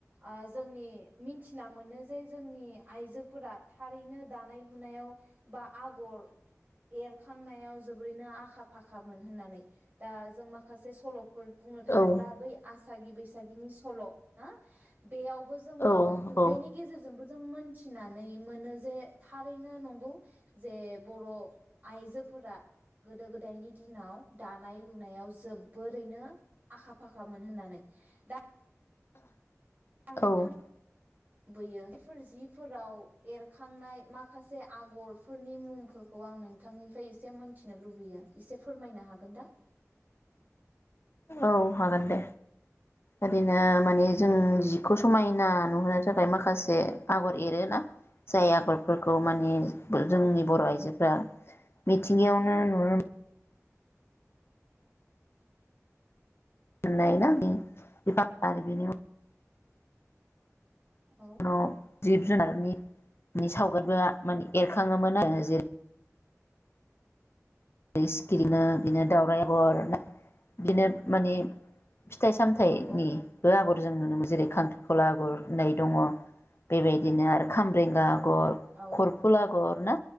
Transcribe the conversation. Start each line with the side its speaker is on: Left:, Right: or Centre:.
Right: ओ जोंनि मिथिना मोनो जे जोंनि आइजोफोरा थारैनो दानाय लुनायाव बा आगर एरखांनायाव जोबोरैनो आखा फाखामोन होननानै दा जों माखासे सल'फोर बुंनो थाङोब्ला
Left: औ
Right: बै आस सागि बैसागिनि सल' ना बेयाव बो जोङो
Left: औ औ
Right: बेनि गेजेरजोंबो जों मोनथिनानै मोनो जे थारैनो नंगौ जे बर' आइजोफोरा गोदो गोदायनि दिनाव दानाय लुनायाव जोबोरैनो आखा फाखामोन होननानै दा दा नोंथां
Left: औ
Right: बैयो बेफोर जिफोराव एरखांनाय माखासे आगरफोरनि मुंफोरखौ आं नोंथांनिफ्राय एसे मोनथिनो लुबैयो। एसे फोरमायनो हागोन दा?
Left: औ हागोन दे ओरैनो माने जों जिखौ
Right: औ
Left: समायना नुहोनो थाख फ्राय माखासे आगर एरोना जाय आगरफोर खौ माने जोंनि
Right: औ
Left: बर' आइजोफोरा। मिथिंगायावनो नुनो मोननाय
Right: औ
Left: ना <unintelligible> <unintelligible> बिनि उन
Right: औ
Left: न' जिब जुनारनि सावगारिबो माने एरखाङोमोन जेरै <unintelligible> सिकिरिना बिदिनो दाउराय <unintelligible> आगर बिदिनो मानि फिथाइ सामथाइनिबो
Right: औ औ
Left: आगर जों जेरै खांख्रि गला आगुर होननाय दङ बेबायदिनो आरो खाम्रेंगा गर
Right: औ
Left: खरफुल आ गर ना